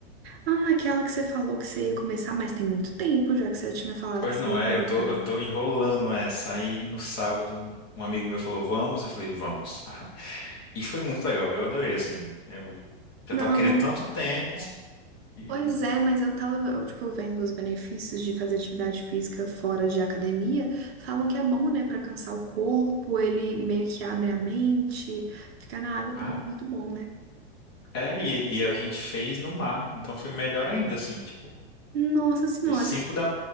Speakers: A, on the right (about 70°); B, on the left (about 25°).
A: Ah, aquela que você falou que você ia começar, mas tem muito tempo já que você tinha falado
B: Pois
A: que você
B: não
A: ia começar.
B: é, eu tô, eu tô enrolando essa. Aí no sábado, um amigo meu falou, vamos? Eu falei, vamos. E foi muito legal, eu adorei, assim. Eu já
A: Não,
B: tava querendo tanto tempo e...
A: pois é, mas eu tava, eu, tipo, vendo os benefícios de fazer atividade física fora de academia. Falam que é bom, né, pra cansar o corpo, ele meio que abre a mente. Ficar na água também
B: Ah,
A: é muito bom, né?
B: é, e, e a gente fez no mar, então foi melhor ainda, assim, tipo,
A: Nossa Senhora,
B: foi cinco da...